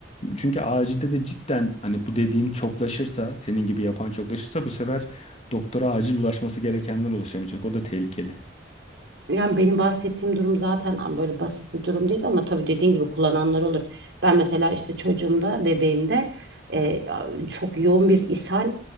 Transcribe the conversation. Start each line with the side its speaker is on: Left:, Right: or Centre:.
Left: Çünkü acilde de cidden hani bu dediğin çoklaşırsa, senin gibi yapan çoklaşırsa bu sefer doktora acil ulaşması gerekenler ulaşamayacak. O da tehlikeli.
Right: Yani benim bahsettiğim durum zaten böyle basit bir durum değil ama tabii dediğin gibi kullananlar olur. Ben mesela işte çocuğumda, bebeğimde e, çok yoğun bir ishal